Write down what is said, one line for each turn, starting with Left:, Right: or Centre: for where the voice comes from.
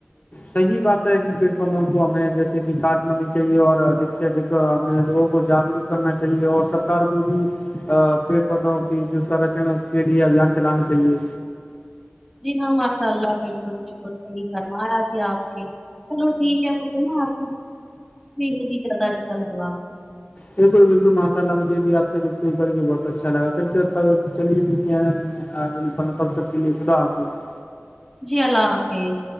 Left: صحیح بات ہے کہ پڑکنوں کو ہمیں جیسے کہ کاٹ لانی چاہیے اور ادک سے اھ ہمیں لوگوں کو جاگروک کرنا چاہیے اور سرک کو بھی ا پیڑ پودوں کی جو سرچن ہے اس کے لیے ابھیان چلانانی چاہیے
Centre: جی ہاں ماشاء اللہ بالکل بالکل صحیح فرمایا جی آپ نے چلو ٹھیک ہے مے آپ ب ہی زیادہ اچھا لگا
Left: بالکل بالکل ماشاء اللہ مجھے بھی آپ سے رک رک کر کے بہت اچھا لگا چل چلیے کیا تب تک کے لیے خدا حافظ
Centre: جی اللہ حافظ